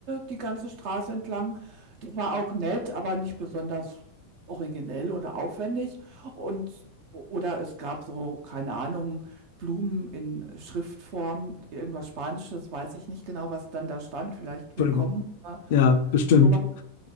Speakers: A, on the right; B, on the left.
A: die ganze Straße entlang. Die war auch nett, aber nicht besonders originell oder aufwendig und oder es gab so, keine Ahnung, Blumen in Schriftform, irgendwas Spanisches, weiß ich nicht genau, was dann da stand, vielleicht
B: Entschuldigung.
A: willkommen oder
B: Ja, bestimmt.
A: so